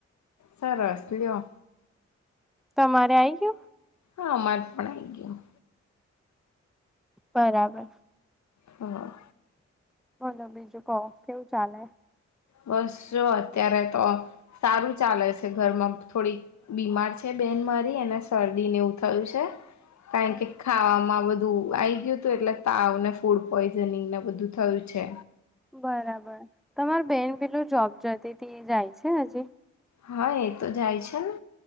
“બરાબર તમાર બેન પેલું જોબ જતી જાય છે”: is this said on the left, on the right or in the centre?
Centre